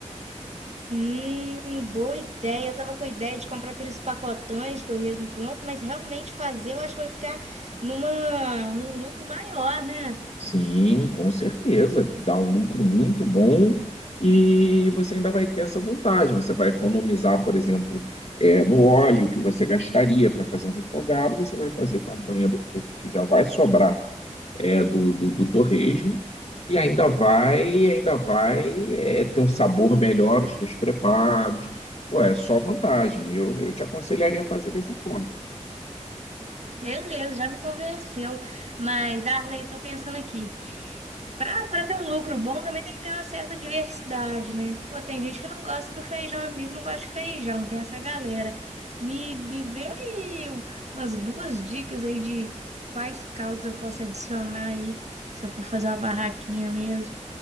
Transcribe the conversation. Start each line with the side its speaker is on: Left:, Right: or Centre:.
Right: Hum, boa ideia. Eu tava com a ideia de comprar aqueles pacotões de torresmo pronto, mas realmente fazer eu acho que vai ficar numa, num lucro maior, né?
Left: Sim, com certeza. Dá um lucro muito bom e você ainda vai ter essa vantagem. Você vai economizar, por exemplo, eh, no óleo que você gastaria para fazer um refogado, você vai fazer com a banha do porco, que já vai sobrar eh, do, do, do torresmo, e ainda vai, ainda vai eh, ter um sabor melhor, os teus preparos. Pô, é só vantagem. Eu, eu te aconselharia a fazer dessa forma.
Right: Beleza, já me convenceu. Mas, Darley, tô pensando aqui. Pra, pra ter um lucro bom também tem que ter uma certa diversidade, né? Pô, tem gente que não gosta do feijão amigo, não gosta de feijão, tem essa galera. Me, me vê aí um, umas duas dicas aí de quais caldos eu posso adicionar aí, se eu for fazer uma barraquinha mesmo.